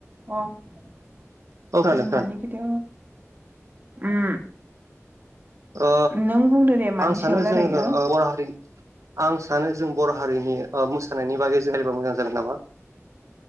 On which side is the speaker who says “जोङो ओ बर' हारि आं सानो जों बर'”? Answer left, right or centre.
Right